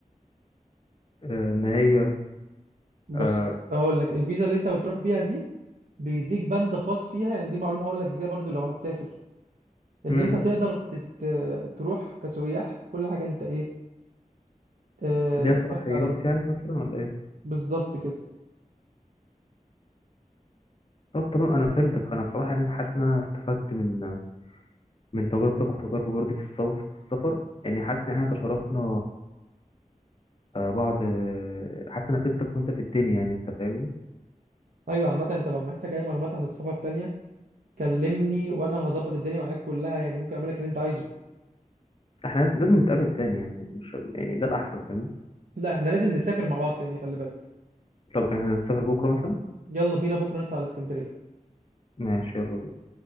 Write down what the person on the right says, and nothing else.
بص
هقول لك الفيزا اللي انت بتروح بيها دي بيديك بند خاص فيها يعني دي معلومه هقول لك جديده برضو لو هتسافر ان
انت تقدر ت- ت- تروح كسياح بكل حاجه انت ايه اه
تعمل عليها
بالظبط كده
ايوه عامه انت لو محتاج اي معلومات عن السفر تانية كلمني وانا هظبط الدنيا معاك كلها يعني ممكن اعمل لك اللي انت عايزه
لا احنا لازم نسافر مع بعض تاني خلي بالك
يلا بينا بكره نطلع على اسكندريه